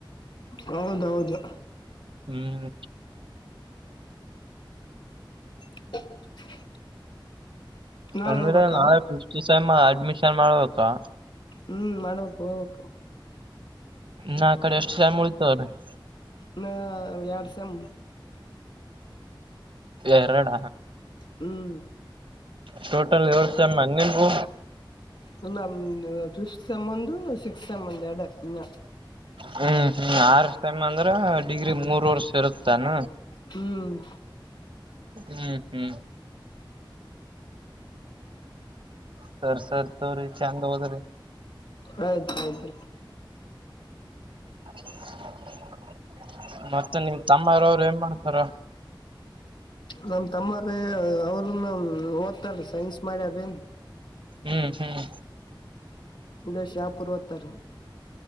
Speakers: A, on the left; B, on the right.
A: ಹೌದೌದು
B: ಹ್ಮ್
A: <unintelligible> <inaudible> ನಾಳೆ
B: ಅಂದ್ರೆ
A: ಹೋಗ್ಬೇಕಾ
B: ನಾಳೆ ಫಿಫ್ತ್ ಸೆಮ್ ಅಡ್ಮಿಷನ್ ಮಾಡ್ಬೇಕಾ
A: ಹ್ಮ್ ಮಾಡ್ಬೇಕು ಹೋಗಬೇಕು
B: ನಾ ಕಡೆ ಎಷ್ಟ <unintelligible>
A: ನ <inaudible> ಎರಡ್ ಸೇಮ್
B: ಎರಡ
A: ಹ್ಮ್
B: ಟೋಟಲ್ ಏಳು ಸಮ್ ಏನ್ ನಿಮಗೂ
A: ಇಲ್ಲ ಫಿಫ್ತ್ ಸೇಮ್ ಒಂದು ಸೆಕ್ಸ್ತ್ ಸೇಮ್ ಒಂದ್ ಎರಡೇ ಇನ್ನ
B: ಹ್ಮ್ ಹ್ಮ್ ಆರ್ ಸೆಮ್ ಅಂದ್ರ ಡಿಗ್ರಿ ಮೂರ್ ವರ್ಷ ಇರುತ್ತಾನ
A: ಹ್ಮ್
B: ಹ್ಮ್ ಹ್ಮ್ ಸರ್ ಸರ್ತವ್ರಿ ಚಂದ್ ಹೋದ್ರಿ.
A: ಆಯ್ತ ಆಯ್ತು.
B: <inaudible> ಮತ್ತೆ ನಿಮ ತಮ್ಮರವರು ಏನ್ ಮಾಡ್ತಾರ?
A: ನಮ ತಮ್ಮಾರ ಅವ್ರನು ಓದ್ತಾರ ಸೈನ್ಸ್ ಮಾಡ್ಯಾರ ಏನ್.
B: ಹ್ಮ್ ಹ್ಮ್
A: ಇಲ್ಲೇ ಶಾಂಪೂರ್ ಓದ್ತಾರೀ.